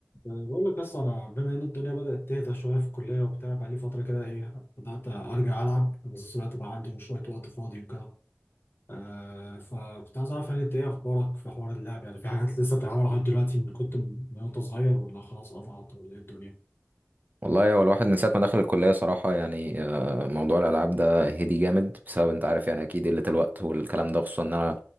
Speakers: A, on the left; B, on the right.
A: يعني بقول لك اصلا انا بما ان الدنيا بدات تهدى شويه في الكليه وبتاع بقى لي فتره كده ايه بدات ارجع العب بس الوقت بقى عندي شويه وقت فاضي وكده آه فكنت عايز اعرف يعني انت ايه اخبارك في حوار اللعب يعني في حاجات لسه بتلعبها لغايه دلوقتي من كنت من وانت صغير ولا خلاص قطعت ولا ايه الدنيا
B: والله هو الواحد من ساعة ما دخل الكلية صراحة يعني آه، موضوع الألعاب ده هدي جامد بسبب أنت عارف يعني أكيد قلة الوقت والكلام ده خصوصا إن أنا